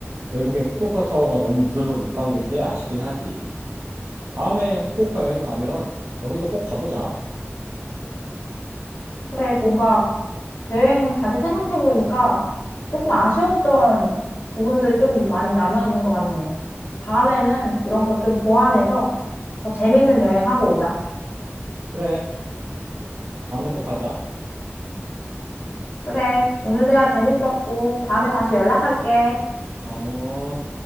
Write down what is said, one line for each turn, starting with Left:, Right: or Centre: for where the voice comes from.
Right: 결국에 후쿠오카 타워가 너무 늦어서 못 간 게 제일 아쉽긴 하지. 다음에 후쿠오카 여행 가면 거기도 꼭 가보자.
Left: 그래, 뭔가 여행 다시 생각해보니까 조금 아쉬웠던 부분들이 좀 많이 남아있는 것 같네. 다음에는 이런 것 좀 보완해서 더 재밌는 여행하고 오자.
Right: 그래. 다음에 또 가자.
Left: 그래, 오늘 대화 재밌었고, 다음에 다시 연락할게.
Right: 어.